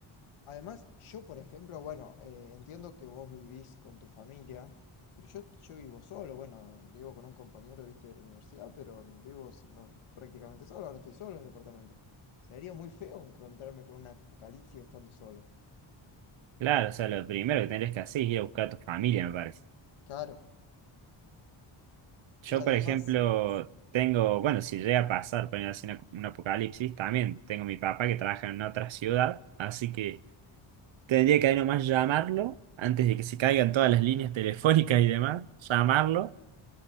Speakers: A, on the left; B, on the right.
A: además, yo, por ejemplo, bueno, eh, entiendo que vos vivís con tu familia, pero yo, yo vivo solo, bueno, vivo con un compañero, viste, de la universidad, pero vivo si no, prácticamente solo, ahora estoy solo en el departamento. Sería muy feo encontrarme con un apocalipsis estando solo.
B: Claro, o sea, lo primero que tendrías que hacer es ir a buscar a tu familia, me parece.
A: Claro.
B: Yo,
A: Y además,
B: por ejemplo, tengo, bueno, si llega a pasar, poner así una- un apocalipsis, también tengo mi papá que trabaja en otra ciudad, así que tendría que ahí nomás llamarlo antes de que se caigan todas las líneas telefónicas y demás, llamarlo